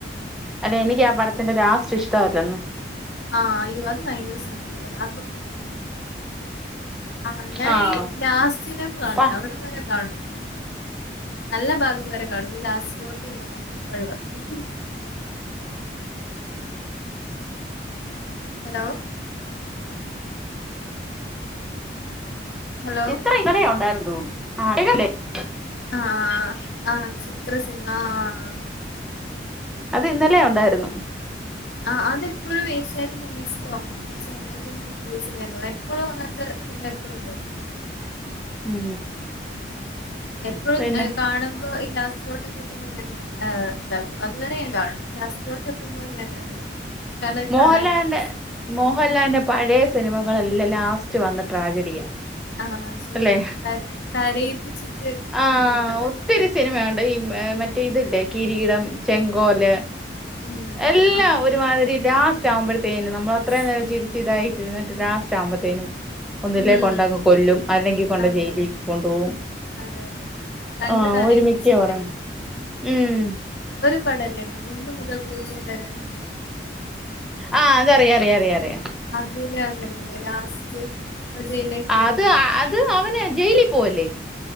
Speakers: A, in the centre; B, on the left (about 75°).
A: അല്ലെ എനിക്കാ പടത്തിന്റെ ലാസ്റ്റ് ഇഷ്ടവല്ലാന്നു
B: ആഹ് അയ്യോ അത് ഭയങ്കര സങ്കട ആഹ് ഞാൻ
A: ആഹ്
B: ഈ ലാസ്റ്റിലെ കാണൂല
A: അപ്പ
B: അവിടം വരെ കാണും നല്ല ഭാഗം വരെ കാണും ന്ന് ലാസ്റ്റിലോട്ട് ഞാന് ഒഴിവാകും ഹലോ ഹലോ
A: ചിത്ര ഇന്നലേം ഒണ്ടായിരുന്ന്‌. <inaudible>
B: ആഹ് ആഹ് ആഹ് ചിത്രം സിൻമ ആഹ് ആഹ്
A: അതിന്നലെയും ഒണ്ടായിരുന്നു.
B: ആ അതിപ്പളും ഏഷ്യാനെറ്റ്‌ മൂവീസിലോ ഏഷ്യ ഏഷ്യാനെറ്റ് <unintelligible> എപ്പളും അങ്ങനത്തെ സിൻമ എപ്പളും ഉണ്ടാകും.
A: ഉം
B: എപ്പഴും
A: പിന്നെ
B: ഏഹ് കാണുമ്പോ ലാസ്റ്റിലൊട്ടൊക്കെ എത്തുമ്പ ഞാന് ഏഹ് ഇതാക്കും അതുവരെ ഞാൻ കാണും ലാസ്റ്റിലോട്ടത്തുമ്പ ഞാനത് കാരണം അത്
A: മോഹൽലാലിന്റെ
B: കാണാൻ കഴിയില്ല
A: മോഹൽലാന്റെ
B: ആഹ്
A: പഴേ സിനിമകളെല്ലാം ലാ സ്റ്റ് വന്ന് ട്രാജെഡിയാ
B: ആഹ് ശരിയാ
A: അല്ലേ
B: കര കരയിപ്പിച്ചിട്ട്
A: ആഹ്
B: അങ്ങോട്ട് ഇതാക്കും
A: ഒത്തിരി സിനിമയൊണ്ട് ഈ ഏഹ് മറ്റേതില്ലേ കിരിടം ചെങ്കോല്
B: ഉം
A: എല്ലാം
B: ആഹ്
A: ഒരുമാതിരി ലാസ് റ്റാവുമ്പഴ് ത്തേനും നമ്മളത്രേം
B: ശരി
A: നേരം ചിരിച്ചിതായിട്ടിരുന്ന്‌ട്ട് ലാസ്‌ റ്റാമ്പത്തേനും ഒന്നുല്ലെ
B: ഉം
A: കൊണ്ടങ്ങ് കൊല്ലും അല്ലങ്കി കൊണ്ടേ
B: അതെ
A: ജയിലിൽ കൊണ്ടോകും
B: അതെ അതെ കണ്ണ്
A: ആ
B: നനയിപ്പിച്ചിട്ടേ
A: ഒരുമിക്ക പടം ഉം
B: പടല്ലാര്ന്നോ ഒന്നുമുതൽ പൂജ്യം വരെന്നൊക്കെ?
A: ആ അതറിയറിയറിയാം.
B: പിന്നെ അങ്ങനെയല്ലേ ലാസ്റ്റ് ജയിലേക്ക്
A: ആത്
B: പോവൂലെ
A: അത് അവന് ജെയിലിൽ പോവുല്ലേ?